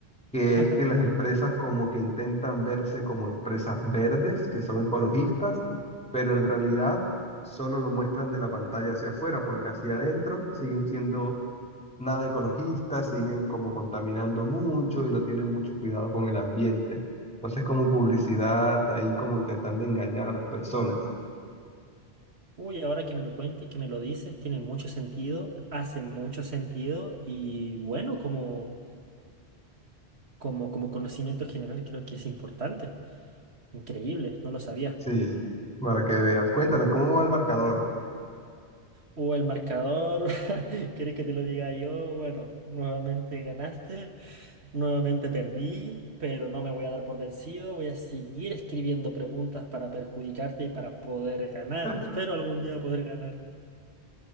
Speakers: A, in the centre; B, on the right.
A: que
B: <laughs>
A: es que las empresas como que intentan verse como empresas verdes, que son ecologistas, pero en realidad solo lo muestran de la pantalla hacia afuera, porque hacia adentro siguen siendo nada ecologistas, siguen como contaminando mucho y no tienen mucho cuidado con el ambiente. Entonces, como publicidad, ahí como intentando engañar a las personas.
B: Uy, ahora que me lo cuentes, que me lo dices, tiene mucho sentido, hace mucho sentido y bueno, como, como, como conocimiento general creo que es importante. Increíble, no lo sabía.
A: Sí, para que veas. Cuéntame, ¿cómo va el marcador?
B: O el marcador, <laughs> ¿quieres que te lo diga yo? Bueno, nuevamente ganaste, nuevamente perdí, pero no me voy a dar por vencido, voy a seguir escribiendo preguntas para perjudicarte y para poder ganar.
A: <laughs>
B: Espero algún día poder ganar.